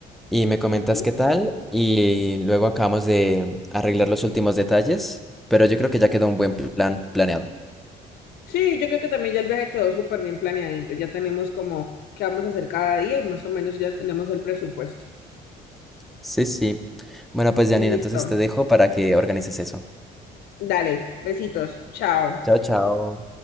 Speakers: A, in the centre; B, on the left.
A: y me comentas
B: Ujú.
A: qué tal y luego acabamos de arreglar los últimos detalles, pero yo creo que ya quedó un buen plan planeado.
B: Sí, yo creo que también ya el viaje quedó súper bien planeadito. Ya tenemos como qué vamos a hacer cada día y más o menos ya tenemos el presupuesto.
A: Sí, sí. Bueno, pues Janine,
B: Listo.
A: entonces te dejo para que organices eso.
B: Dale, besitos. Chao.
A: Chao, chao.